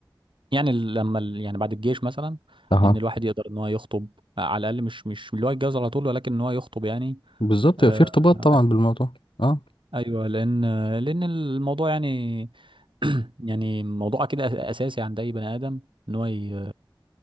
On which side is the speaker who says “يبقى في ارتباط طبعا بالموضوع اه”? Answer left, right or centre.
Left